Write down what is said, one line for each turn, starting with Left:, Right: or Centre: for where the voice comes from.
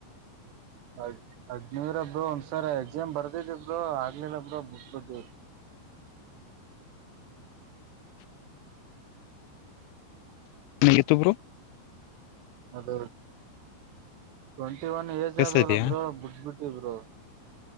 Right: ಹದ್ ಹದ್ನರಬ್ರು ಒಂದ್ಸರ್ ಎಕ್ಸಾಮ್ ಬರ್ದಿದಬ್ರು ಆಗ್ಲಿಲ್ಲಬ್್ರ ಬಟ್ಬಿಟ್ಟೇರು
Left: ನಿಗೆತ ಬ್ರ
Right: ಅದ ಟ್ವೆಂಟಿ ಒನ್ ಏಜ್
Left: ಕೇಳಿಸ್ತಾ
Right: ಆದವಲ್ಲ
Left: ಇದೆಯಾ
Right: ಬ್ರೋ ಬಿಟ್ ಬಿಟ್ಟ ಇಬರು